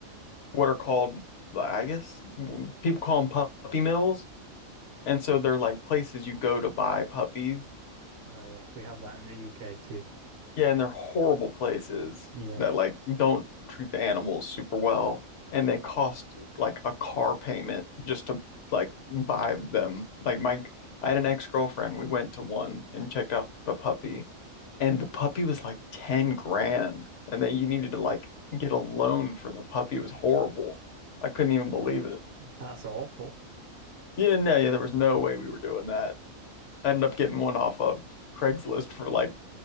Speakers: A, on the left; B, on the right.
A: what are called, I guess people call them puppy mills. And so they're like places you go to buy puppies.
B: Oh yeah, we have that in the UK too.
A: Yeah, and they're horrible places
B: Yeah,
A: that like don't treat the animals super well. And they cost like a car payment just to like buy them. Like my, I had an ex-girlfriend. We went to one and checked out a puppy, and the puppy was like 10 grand. And then you needed to like get a loan for the puppy. It was horrible. I couldn't even believe it.
B: that's awful.
A: Yeah, no, yeah, there was no way we were doing that. I ended up getting one off of Craigslist for like